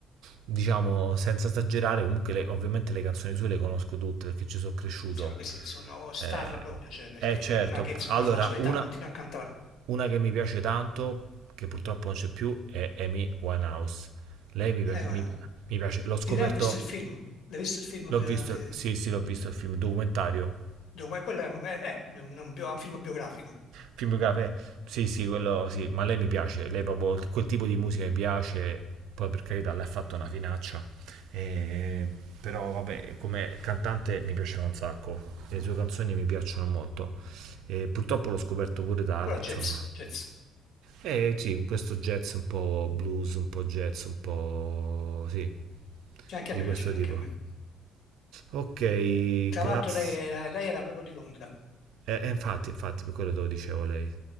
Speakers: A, on the right; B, on the left.
A: Diciamo, senza esagerare, comunque le- ovviamente le canzoni sue le conosco tutte perché ci sono cresciuto.
B: Cioè, questi sono star
A: Eh,
B: proprio, cioè, perché
A: eh, certo,
B: una che insomma
A: allora,
B: alla sua età
A: una,
B: continua a cantare.
A: una che mi piace tanto, che purtroppo non c'è più, è Amy Winehouse. Lei mi piace,
B: Eh, guarda,
A: mi pi- mi piace. l'ho scoperto,
B: Di lei ho visto il film, l'hai visto il film?
A: l'ho
B: De,
A: visto,
B: de-
A: sì, sì, l'ho visto il film, documentario.
B: de- eh, quello è, un, è- è un- un bio- un film biografico,
A: Film biografico, eh, sì, sì, quello sì, ma lei mi piace, lei proprio quel tipo di musica mi piace, poi per carità lei ha fatto una finaccia, eh, però vabbè, come cantante mi piaceva un sacco, le sue canzoni mi piacciono molto, Eh, purtroppo l'ho scoperto pure tardi,
B: quello è jazz,
A: insomma.
B: jazz.
A: Eh sì, questo jazz un po' blues, un po' jazz, un po' sì,
B: Cioè, anche
A: di
B: a me
A: questo
B: piaceva,
A: tipo.
B: anche a me.
A: Ok,
B: Tra
A: grazie.
B: l'altro lei era, lei era proprio di Londra,
A: Eh, eh, infatti, infatti, per quello te lo dicevo lei.